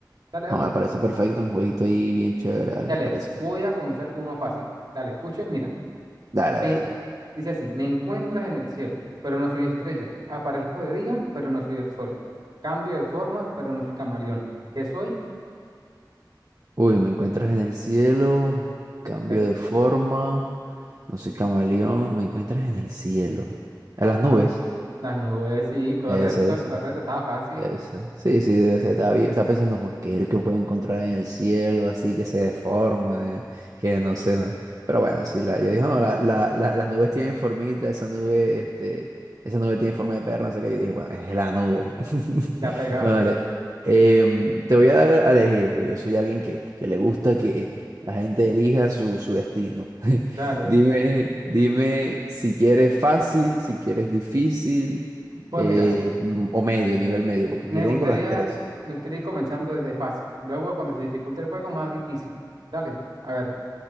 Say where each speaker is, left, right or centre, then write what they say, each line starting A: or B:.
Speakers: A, on the right; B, on the right.
A: Dale, dale.
B: No, me parece perfecto, un jueguito ahí bien chévere, dale,
A: Dale,
B: me parece
A: voy
B: muy bien.
A: a comenzar con uno fácil. Dale, escuche, mira.
B: Dale,
A: Me,
B: a ver, a ver.
A: dice así, me encuentras en el cielo, pero no soy estrella. Aparezco de día, pero no soy el sol. Cambio de forma, pero no soy camaleón. ¿Qué soy?
B: Uy, me encuentras en el cielo, cambio
A: Pero,
B: de forma, no soy camaleón, me encuentras en el cielo.
A: está
B: En las
A: fácil.
B: nubes.
A: Las nubes, sí, correcto,
B: Ese es.
A: correcto, está fácil.
B: Eso. Sí, sí, debe ser. Estaba, vi- estaba pensando, "Jo, ¿qué es el que puedo encontrar en el cielo así que se deforma? eh, que no sé, no. Pero bueno, sí, la, yo dije, no, la- la- la- las nubes tienen formita, esa nube, este, esa nube tiene forma de perro, no sé qué. Yo dije, bueno, es la nube. <laughs>
A: La pegaste.
B: Bueno, vale. Em, te voy a dar a elegir, porque yo soy alguien que, que le gusta que la gente elija su, su destino. <laughs>
A: Dale.
B: Dime, dime si quieres fácil, si quieres difícil
A: Pues
B: eh,
A: mira,
B: mm, o medio, nivel medio, porque
A: me
B: aquí tengo
A: gustaría,
B: las tres.
A: me gustaría ir comenzando desde fácil. Luego, cuando se dificulta el juego, más difícil. Dale, a ver.